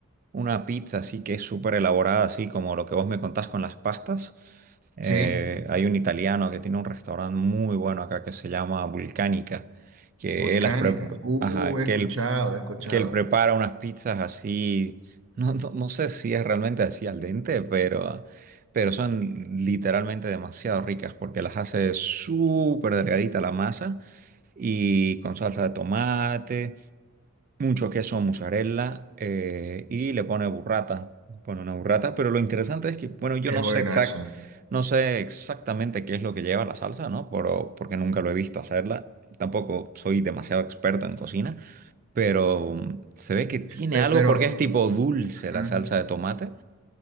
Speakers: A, on the right; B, on the right.
A: una pizza así que es súper elaborada, así como lo que vos me contás con las pastas. Eh,
B: Sí,
A: hay un italiano que tiene un restaurante muy bueno acá que se llama Vulcánica, que
B: volcánica.
A: él, las pre-
B: Uh,
A: ajá,
B: he
A: que
B: escuchado,
A: él,
B: he escuchado.
A: que él prepara unas pizzas así, no, no, no sé si es realmente así al dente, pero, pero son literalmente demasiado ricas porque las hace súper delgadita la masa y con salsa de tomate mucho queso mozzarella eh, y le pone burrata, le pone una burrata, pero lo interesante es que, bueno, yo
B: Es
A: no
B: bueno
A: sé exact,
B: eso.
A: no sé exactamente qué es lo que lleva la salsa, ¿no? Pero, porque nunca lo he visto hacerla, tampoco soy demasiado experto en cocina, pero mm, se ve que tiene
B: Eh,
A: algo
B: pero...
A: porque es tipo dulce
B: ujú.
A: la salsa de tomate